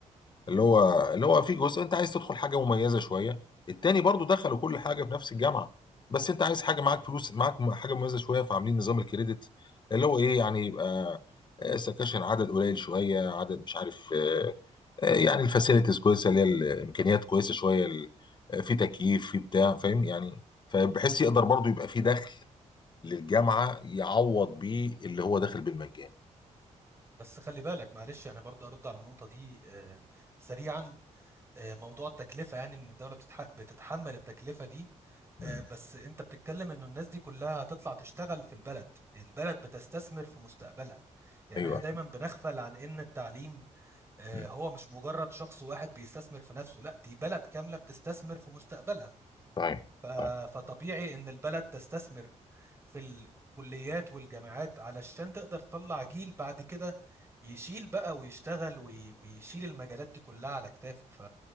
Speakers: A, on the right; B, on the left.
A: مم.
B: اللي هو اللي هو في جزء انت عايز تدخل حاجه مميزه شويه التاني برضو دخلوا كل حاجه في نفس الجامعه بس انت عايز حاجه معاك فلوس معاك م- حاجه مميزه شويه فعاملين نظام الكريدت اللي هو ايه يعني يبقى آه، سكاشن عدد قليل شويه عدد مش عارف آه، يعني الفاسيلتيز كويسه اللي هي الامكانيات كويسه شويه ال- في تكييف في بتاع فاهم يعني فبحس يقدر برضه يبقى في دخل للجامعه يعوض بيه اللي هو داخل بالمجان
A: بس خلي بالك معلش يعني برضه ارد على النقطه دي آه، سريعا آه، موضوع التكلفه يعني ان الدوله بتتح- بتتحمل التكلفه دي
B: مم.
A: آه، بس انت بتتكلم انه الناس دي كلها هتطلع تشتغل في البلد البلد بتستثمر في مستقبلها يعني
B: ايوه
A: احنا دايما بنغفل عن ان التعليم آه،
B: مم.
A: هو مش مجرد شخص واحد بيستثمر في نفسه لا دي بلد كامله بتستثمر في مستقبلها
B: صحيح
A: ف-
B: صحيح
A: فطبيعي ان البلد تستثمر في الكليات والجامعات علشان تقدر تطلع جيل بعد كده يشيل بقى ويشتغل وي- ويشيل المجالات دي كلها على كتافه ف...